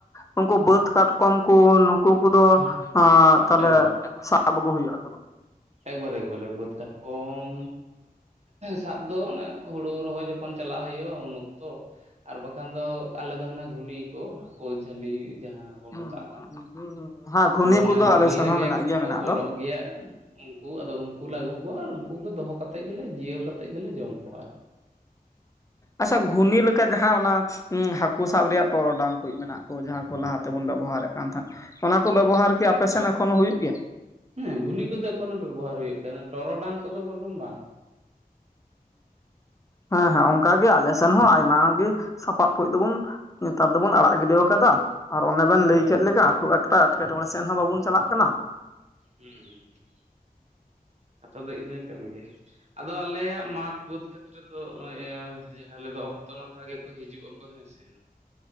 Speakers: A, on the left (about 20°); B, on the right (about 45°).
A: ᱱᱩᱠᱩ ᱵᱟᱹᱫ ᱠᱟᱴᱠᱚᱢ ᱠᱩ ᱩᱱᱠᱩ ᱠᱚ ᱫᱚ
B: ᱦᱮᱸ
A: ᱛᱟᱦᱞᱮ
B: ᱮᱠᱵᱟᱨᱮ
A: ᱥᱟᱵ ᱟᱹᱜᱩ ᱦᱩᱭᱩᱜ ᱥᱮ ᱵᱟᱝ
B: ᱮᱠᱵᱟᱨᱮ ᱮᱠᱵᱟᱨᱮ ᱵᱟᱹᱫᱽ ᱠᱟᱴᱠᱚᱢ ᱥᱟᱵ ᱫᱚ ᱚᱱᱮ ᱦᱩᱲᱩ ᱨᱚᱦᱚᱭ ᱡᱚᱠᱷᱚᱱ ᱪᱟᱞᱟᱜ ᱦᱩᱭᱩᱜᱳᱼᱟ ᱩᱱᱩ ᱛᱚ ᱟᱨ ᱵᱟᱠᱷᱟᱱ ᱫᱚ ᱟᱞᱮ ᱫᱚ ᱦᱟᱱᱟ ᱜᱷᱩᱱᱤ ᱠᱚ ᱦᱟᱹᱠᱩ ᱡᱷᱟᱹᱞᱤ ᱡᱟᱦᱟᱸ
A: ᱦᱮᱸ
B: ᱢᱮᱛᱟᱜ ᱠᱟᱱ
A: ᱜᱷᱩᱱᱤ
B: ᱟᱫᱚ
A: ᱠᱚᱫᱚ
B: ᱚᱱᱟ
A: ᱟᱞᱮ
B: ᱜᱷᱩᱱᱤ
A: ᱥᱮᱱ
B: ᱨᱮᱜᱮ
A: ᱦᱚᱸ ᱢᱮᱱᱟᱜ ᱜᱮᱭᱟ ᱢᱮᱱᱟᱜ
B: ᱠᱚ ᱵᱚᱞᱚᱜ
A: ᱫᱚ
B: ᱜᱮᱭᱟ ᱩᱱᱠᱩ ᱟᱫᱚ ᱩᱱᱠᱩ ᱞᱮ ᱟᱹᱜᱩ ᱠᱚᱣᱟ ᱩᱱᱠᱩ ᱜᱮ ᱫᱚᱦᱚ ᱠᱟᱛᱮᱫ ᱜᱮᱞᱮ ᱡᱤᱭᱟᱹᱣ ᱠᱟᱛᱮᱜ ᱜᱮᱞᱮ ᱡᱚᱢ ᱠᱚᱣᱟ ᱟᱨᱠᱤ
A: ᱟᱪᱪᱷᱟ ᱜᱷᱩᱱᱤ ᱞᱮᱠᱟ ᱡᱟᱦᱟᱸ ᱚᱱᱟ ᱦ ᱦᱟᱠᱩ ᱥᱟᱵ ᱨᱮᱭᱟᱜ ᱴᱚᱨᱚᱰᱟᱝ ᱠᱚ ᱢᱮᱱᱟᱜ ᱠᱚ ᱡᱟᱦᱟᱸ ᱠᱚ ᱞᱟᱦᱟ ᱛᱮᱵᱚᱱ ᱵᱮᱵᱚᱦᱟᱨᱮᱫ ᱛᱟᱦᱮᱸᱱ ᱚᱱᱟ ᱠᱚ ᱵᱮᱵᱚᱦᱟᱨ ᱠᱤ ᱟᱯᱮᱥᱮᱱ ᱮᱠᱷᱚᱱ ᱦᱚᱸ ᱦᱩᱭᱩᱜ ᱜᱮᱭᱟ
B: ᱦᱮᱸ ᱜᱷᱩᱱᱤ ᱠᱚᱫᱚ ᱮᱠᱷᱚᱱᱳ ᱵᱮᱵᱚᱦᱟᱨ ᱦᱩᱭᱩᱜ ᱠᱟᱱᱟ ᱴᱚᱨᱚᱰᱟᱝ ᱠᱚᱫᱚ ᱵᱚᱨᱚᱱ ᱵᱟᱝ
A: ᱦᱮᱸ ᱦᱮᱸ ᱚᱱᱠᱟ ᱜᱮ ᱟᱞᱮ ᱥᱮᱱ ᱦᱚᱸ ᱟᱭᱢᱟ ᱜᱮ ᱥᱟᱯᱟᱵ ᱠᱷᱟᱡ ᱫᱚᱵᱚᱱ ᱱᱮᱛᱟᱨ ᱫᱚᱵᱚᱱ ᱟᱲᱟᱜ ᱜᱤᱰᱤ ᱟᱠᱟᱫᱟ ᱟᱨ ᱚᱱᱮ ᱵᱮᱱ ᱞᱟᱹᱭ
B: ᱦᱳᱭ
A: ᱠᱮᱫ ᱞᱮᱠᱟ ᱠᱷᱩᱵ ᱮᱠᱴᱟ ᱮᱴᱠᱮᱴᱚᱬᱮ ᱥᱮᱫ ᱦᱚᱸ ᱵᱟᱵᱚᱱ ᱪᱟᱞᱟᱜ ᱠᱟᱱᱟ
B: ᱦᱩᱸ ᱦᱩᱸ ᱦᱩᱸ ᱛᱚᱵᱮ ᱤᱱᱟᱹ ᱠᱟᱱ ᱜᱮᱭᱟ᱾ ᱟᱫᱚ ᱟᱞᱮᱭᱟᱜ ᱢᱟᱴᱷ ᱵᱟᱹᱫᱽ ᱠᱷᱟᱹᱛ ᱨᱮᱫᱚ <unintelligible> ᱡᱟᱦᱟᱸ ᱟᱞᱮᱫᱚ ᱚᱠᱛᱚ ᱱᱟᱠᱷᱟ ᱜᱮᱠᱚ ᱦᱤᱡᱩᱜ ᱟᱠᱚ ᱦᱮᱸ ᱥᱮ᱾